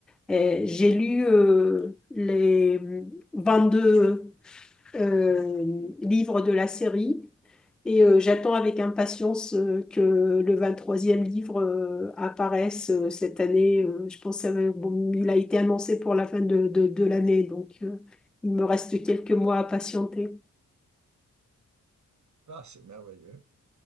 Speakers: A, in the centre; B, on the right.
A: et j'ai lu euh, les 22 euh, livres de la série et euh, j'attends avec impatience euh, que le vingt-troisième livre euh, apparaisse euh, cette année. Euh, je pense qu'il a été annoncé pour la fin de, de- de l'année. Donc, euh, il me reste quelques mois à patienter.
B: Ah, c'est merveilleux.